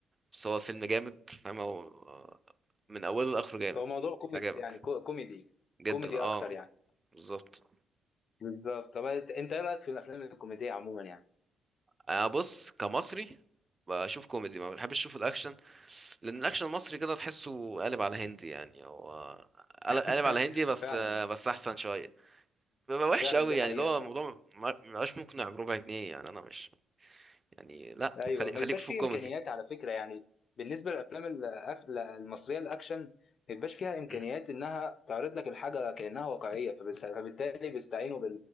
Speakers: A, on the right; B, on the left.
A: بس هو فيلم جامد فاهم هو آه، من اوله لاخره جامد
B: هو موضوع كوميك
A: عجبك
B: يعني كو- كوميدي
A: جدا
B: كوميدي
A: اه
B: اكتر يعني
A: بالظبط
B: بالظبط طب انت انت ايه رايك في الافلام الكوميديه عموما يعني
A: انا بص كمصري بشوف كوميدي ما بحبش اشوف الاكشن لان الاكشن المصري كده تحسه قالب على هندي يعني هو قال-
B: <laughs>
A: قالب على هندي بس
B: فعلا
A: بس احسن شويه بيبقى وحش
B: فعلا
A: قوي
B: دي
A: يعني
B: حقيقه
A: اللي هو
B: فعلا
A: الموضوع ما ما بقاش مقنع بربع جنيه يعني انا مش يعني لا
B: ايوه
A: خليك
B: ما
A: خليك
B: يبقاش
A: في
B: فيه
A: الكوميدي
B: امكانيات على فكره يعني بالنسبه للافلام الأك- المصريه الاكشن ما يبقاش فيها امكانيات
A: مم،
B: انها تعرض لك الحاجه كانها واقعيه فبس- فبالتالي بيستعينوا